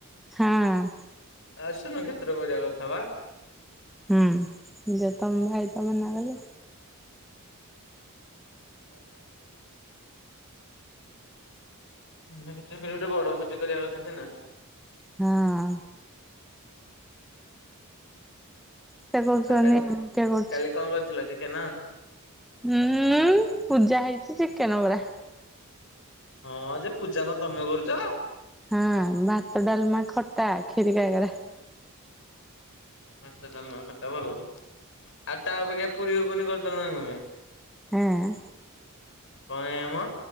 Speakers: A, in the centre; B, on the left.
A: ହଁ।
B: ଆସୁନ କ୍ଷେତ୍ର କରିବା କଥା ବା!
A: ହୁଁ, ଯେ ତମ ଭାଇ ତ ମନା କଲେ।
B: ନାଁ, କହି। <unintelligible> ଗୋଟେ ବଡ ଭୋଜି କରିବା କଥା ହେଲା
A: ହଁ। ସେ କହୁଛନ୍ତି
B: ଆଉ କାଲି,
A: କିଏ କରୁଛି
B: କାଲି କଣ କରିଥିଲ ଚିକେନ?
A: ହୁଁ -ଉଁ ପୂଜା ହେଇଚି, ଚକେନ୍ ବରା
B: ହଁ, ଯେ ପୂଜା କଣ ତମେ କରୁଚ଼?
A: ହଁ, ଭାତ, ଡାଲମା, ଖଟା, କ୍ଷୀରି, କାକରା
B: ଭାତ, ଡାଲାମା, ଖଟା ଭଲ। ଆଉ ତା ଆପେକ୍ଷା ପୁରି ଘୁଗୁନି କରିଦେଲନି କଁ ପେ?
A: ହେଁ
B: କଁ ଏଁ ମ!